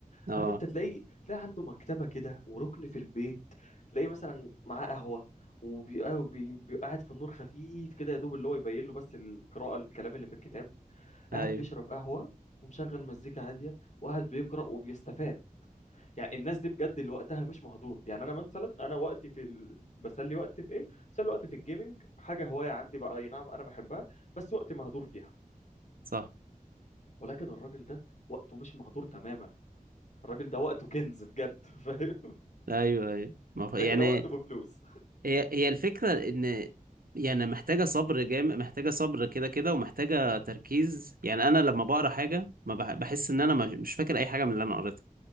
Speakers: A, on the right; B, on the left.
A: اه
B: عارف انت تلاقي تلاقي عنده مكتبة كده وركن في البيت تلاقي مثلا معاه قهوة وبيبقى وبي- بيبقى قاعد في النور خفيف كده يا دوب اللي هو يبين له بس القراءة الكلام اللي في الكتاب
A: ايوه
B: قاعد بيشرب قهوة ومشغل مزيكا هادية وقاعد بيقرأ وبيستفاد يعني الناس دي بجد اللي وقتها مش مهدور يعني انا مثلا انا وقتي في ال... بسلي وقتي في ايه بسلي وقتي في الجيمنج حاجه هوايه عندي بقى اي نعم انا بحبها بس وقتي مهدور فيها
A: صح
B: ولكن الراجل ده وقته مش مهدور تماما الراجل ده وقته كنز بجد <laughs> فاهم
A: ايوه ايوه ما ف... يعني
B: ده كده وقته بفلوس
A: هي هي الفكرة ان يعني محتاجة صبر جامد محتاجة صبر كده كده ومحتاجة تركيز يعني انا لما بقرا حاجة ما بح... بحس ان انا ما- مش فاكر اي حاجة من اللي انا قريتها